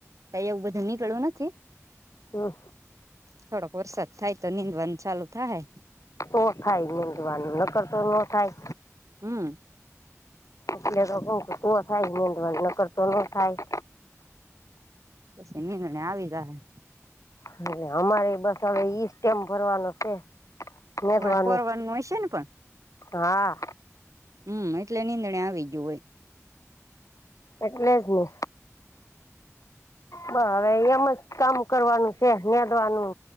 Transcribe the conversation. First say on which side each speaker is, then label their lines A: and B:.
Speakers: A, on the right (about 85°); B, on the left (about 85°).
A: કઈ એવું બધું નીકળવું નથી
B: હા
A: થોડોક વરસાદ થાય તો નીંદવાણ ચાલુ થાય
B: તો થાય મંધવાનું નકરતો ન થાય
A: હમ્મ <inaudible>
B: એટલે થાય મેંદવાજ ન કરતો ન થાય
A: પછ ન આવીધા <unintelligible>
B: એટલે અમારે બસ હવે ઈ સ્ટેમ ભરવાનો છે. વાનું
A: તમારે કોરવાનું હશે ને પણ
B: હા
A: હમ એટલે નીંદણે આવી ગયું હોય
B: એટલે જ નને બ હવે એમ જ કામ કરવાનું છે ન્યાદવાનું